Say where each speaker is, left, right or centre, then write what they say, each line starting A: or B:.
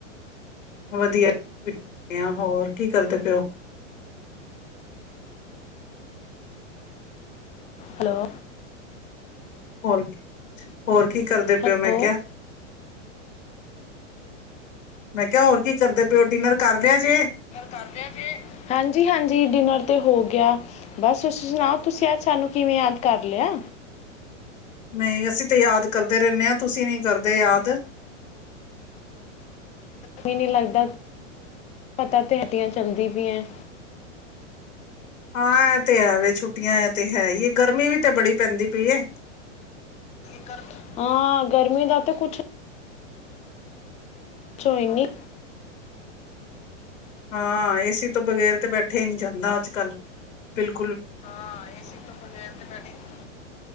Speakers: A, on the left (about 80°); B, on the left (about 20°).
A: ਵਧੀਆ ਹੋਰ ਕੀ ਕਰਦੇ ਪਿਓ
B: ਹੈਲੋ
A: ਹੋਰ, ਹੋਰ ਕੀ ਕਰਦੇ
B: ਹੈਲੋ
A: ਪਿਓ ਮੈਂ ਕਿਆ? ਮੈਂ ਕਿਆ ਹੋਰ ਕੀ ਕਰਦੇ ਪਓ ਡਿਨਰ ਕਰ ਲਿਆ ਜੇ?
B: ਕਾਰ ਲਿਆ ਜੇ, ਹਾਂਜੀ ਹਾਂਜ ਤੀ ਡਿਨਰ ਤੇ ਹੋ ਗਿਆ। ਬਸ ਤੁਸੀਂ ਸੁਣਾਓ, ਤੁਸੀਂ ਅੱਜ ਸਾਨੂੰ ਕਿਵੇਂ ਯਾਦ ਕਰ ਲਿਐ?
A: ਨਹੀਂ ਅਸੀਂ ਤੇ ਯਾਦ ਕਰਦੇ ਰੈੰਣੇ ਆਂ। ਤੁਸੀਂ ਨੀ ਕਰਦੇ ਯਾਦ।
B: ਵੀ ਨੀ ਲੱਗਦਾ, ਪਤਾ ਤੇ ਹੱਡੀਆਂ ਚਲਦੀ ਪਿਐ‌।
A: ਹਾਂ, ਐ ਤੇ ਹੈ ਵੇ। ਛੁੱਟੀਆ ਐਤੇ ਹੈਈ ਏ, ਗਰਮੀ ਵੀ ਤੇ ਬੜੀ ਪੈਂਦੀ ਪੀਏ।
B: ਜੇਕਰ ਹਾਂ ਗਰਮੀ ਦਾ ਤੇ ਕੁਜ ਚਾਏ ਨੇ।
A: ਹਾਂ, ਏਸੀ ਤੋਂ ਬਗੈਰ ਤੇ ਬੈਠੇਆ ਨੀ ਜਾਂਦਾ ਅੱਜ-ਕੱਲ, ਬਿਲਕੁ
B: ਹਾਂ, ਏਸੀ ਤੋਂ ਬਗੈਰ ਤੇ ਬੈਠੇਆ ਨੀ,